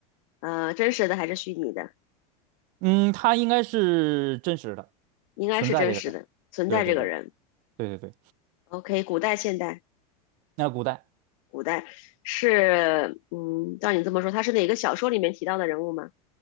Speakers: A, on the left (about 55°); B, on the right (about 40°).
A: 呃，真实的还是虚拟的？
B: 嗯，他应该是真实的
A: 应该是真实的，
B: 存在这个人。
A: 存在这个人。
B: 对对对对对对，
A: OK，古代、现代，
B: 那古代
A: 古代是，嗯，照你这么说，他是哪个小说里面提到的人物吗？